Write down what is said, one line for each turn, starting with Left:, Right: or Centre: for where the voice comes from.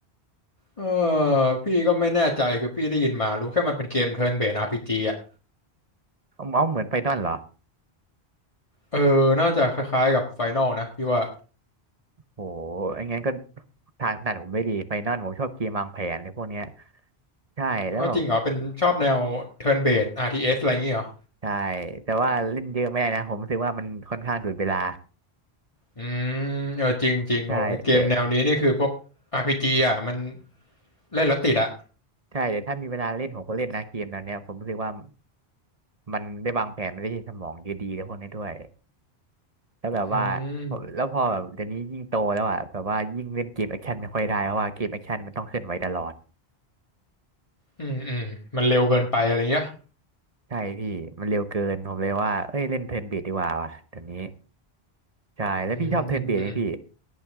Left: เออพี่ก็ไม่แน่ใจคือพี่ได้ยินมารู้แค่มันเป็นเกม Turn Based RPG อ่ะ
Right: เอาเอาเหมือนไฟนอลเหรอ
Left: เออน่าจะคล้ายๆกับ Final นะพี่ว่า
Right: โหอย่างงั้นก็ทางถนัดผมไม่ดีไฟนอลผมชอบเกมวางแผนในพวกเนี้ยใช่แล้วแบบ
Left: อ๋อจริงเหรอเป็นชอบแนว Turn Based RTS อสอะไรอย่างงี้เหรอ
Right: ใช่แต่ว่าเล่นเยอะไม่ได้นะผมรู้สึกว่ามันค่อนข้างดูดเวลา
Left: อืมเออจริงจริงโหไอ้เกมแนวนี้นี่คือพวกอาร์พีจีอ่ะมัน
Right: ใช่แต่
Left: เล่นแล้วติดอ่ะ
Right: ใช่แต่ถ้ามีเวลาเล่นผมก็เล่นนะเกมแนวเนี้ยผมรู้สึกว่ามันได้วางแผนมันได้ใช้สมองเยอะดีแล้วพวกนี้ด้วย แล้วแบบว่าพอแล้วพอแบบเดี๋ยวนี้ยิ่งโตแล้วอ่ะแบบว่ายิ่งเล่นเกมแอคชั่นไม่ค่อยได้เพราะว่าเกมแอคชั่นมันต้องเคลื่อนไหวตลอด
Left: อืม อืมอืมมันเร็วเกินไปอะไรเงี้ย
Right: ใช่พี่มันเร็วเกินผมเลยว่าเอ้ยเล่นเทิร์นเบสดีกว่าว่ะเดี๋ยวนี้ใช่แล้วพี่ชอบเทิร์นเบสไหมพี่
Left: อืมอืม